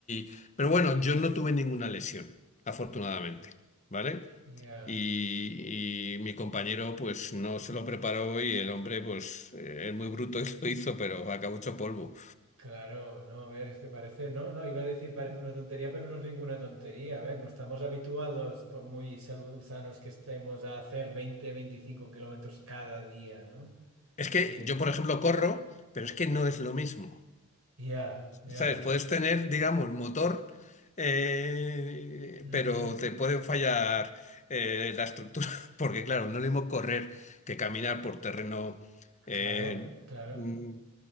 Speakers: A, on the left (about 35°); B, on the right (about 70°).
A: y- Pero bueno, yo no tuve ninguna lesión, afortunadamente,
B: ya,
A: ¿vale?
B: ya.
A: Y, y mi compañero pues no se lo preparó y el hombre pues eh, es muy bruto y <laughs> lo hizo, pero acabó hecho polvo.
B: Claro, no, a ver, es que parece, no, no, iba a decir parece una tontería, pero no es ninguna tontería. A ver, no estamos habituados, por muy salu- sanos que estemos, a hacer 20 25 kilómetros cada día, ¿no?
A: Es que
B: Y-
A: yo, por ejemplo, corro, pero es que no es lo mismo.
B: Ya, ya.
A: ¿Sabes? Puedes tener, digamos, motor, eh,
B: Ujú.
A: pero te puede fallar eh, la estructura, <laughs> porque claro, no es lo mismo correr que caminar por terreno eh,
B: Claro, claro.
A: mm,